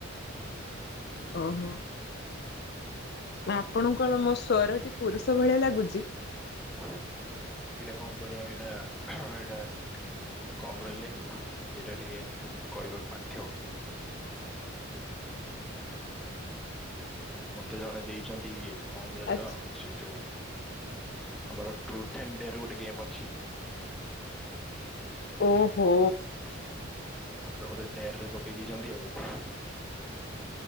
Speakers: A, on the left; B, in the centre.
A: ଓହୋ ଆପଣଙ୍କ ମୋ ସ୍ଵରଟି ପୁରୁଷ ଭଳିଆ ଲାଗୁଚି?
B: ଏଇଟା କଁ କରିବା ଏଇଟା ଏଇଟା କଁ କହିଲେ ଏଇଟା ଟିକେ କରିବାକୁ ବାଧ୍ୟ। ମତେ ଜଣେ ଦେଇଚନ୍ତି ଇଏ କଁ କହିଲ
A: ଆଚ୍ଛା।
B: ସେ ଯୋଉ ଆମର ଟ୍ରୁଥ୍ ଆଣ୍ଡ୍ ଡେଆର୍ ଗୋଟେ ଗେମ୍ ଅଛି।
A: ଓହୋ।
B: ଆଉ ତ ବୋଧେ ଡେଆର୍ ରେ ପକେଇ ଦେଇଚନ୍ତି ଆଉ।